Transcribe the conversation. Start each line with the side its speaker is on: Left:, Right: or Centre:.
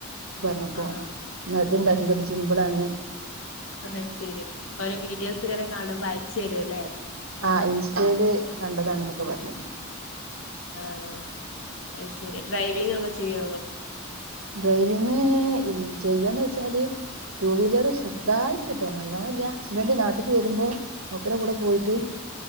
Right: പർഞ്ഞപ്പോ
Left: ആഹ്
Right: ന്ന ത്ണ്ടാക്കിക്കോ ഇത് സിംമ്പിളാണ്
Left: അത് ശെരി ഓരോ വീഡിയോസ്ങ്ങനെ കാണുമ്പോ അയച്ചെരുല്ലേ
Right: ആ ഇൻസ്റ്റേല് കണ്ടതാണ്ന്നൊക്കെ പർഞ്
Left: ആണോ അയ് ശെരി ഡ്രൈവിങ്ങൊക്കെ ചെയ്യോ
Right: ഡ്രൈവിങ് ചെയ്യോന്നോയ്ച്ചാല് ട്ടൂ വീലറ് ശെർതായിട്ട്ട്ടോ നല്ലോണല്ല ഹസ്ബന്റ് നാട്ട്ക്ക് വെരുമ്പോ മൂപ്പരെ കൂടെ പോയിട്ട്